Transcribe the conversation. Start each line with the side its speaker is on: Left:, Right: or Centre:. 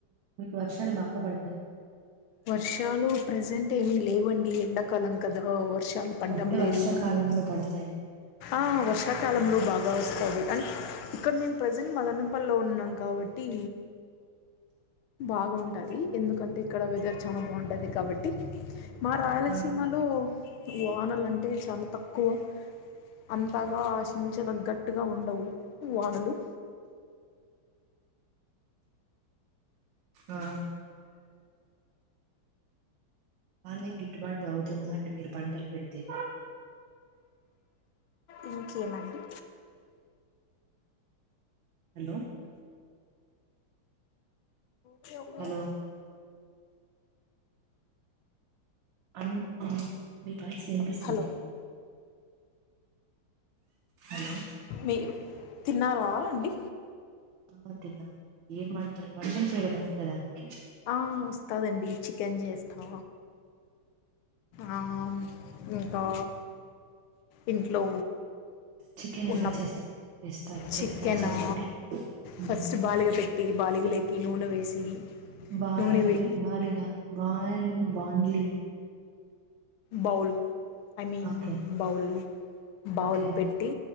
Right: వర్షాలు బాగా పడతాయ్
Left: వర్షాలు ప్రెజెంట్ ఏం లేవండి ఎండాకాలం కదా వర్ష్ లు పడ్డం
Right: ఒట్టి
Left: లేదు
Right: వర్షాకాలంలో పడతాయా
Left: ఆ వర్షాకాలంలో బాగా వస్తాది అండ్ ఇక్కడ మేము ప్రెజెంట్ మదనపల్లో ఉన్నాం కావట్టీ బాగుంటదీ ఎందుకంటే ఇక్కడ వెదర్ చానా బాంటది కాబట్టి మా రాయలసీమలో
Right: ఆ
Left: వానలంటే చానా తక్కువ అంతగా ఆశించ దగ్గట్టుగా ఉండవు వానలు
Right: ఆ బానే గిట్టుబాటు అవుతుందాండి మీరు పంటలు పెడితే
Left: ఉమ్ ఏమండీ
Right: హలో
Left: కెవ్ యో
Right: హలో అన్ మీ వాయిస్ ఇనిపిస్తుందా
Left: హలో
Right: హలో
Left: మీరు తిన్నారా అండి
Right: ఆ తిన్నాం ఏం వంటలు వంటలు చేయడం వస్ ద దాన్కి
Left: ఆ వస్తాదండి చికెన్ చేస్తా ఆ ఇంకా ఇంట్లో
Right: చికెన్
Left: ఉన్న
Right: ఎలా చేస్తున్నారు చేస్తారు
Left: చికెనా
Right: చేస్తారు చెప్పండి ఉమ్.
Left: ఫస్ట్ బాలిగ పెట్టి బాలిగ లే ఈ నూనె వేసి
Right: బాయ
Left: నూనె వే
Right: బాలిగా బాయల్ బాండ్లి
Left: bowl I mean
Right: okay
Left: bowl bowl
Right: okay అండి
Left: పెట్టి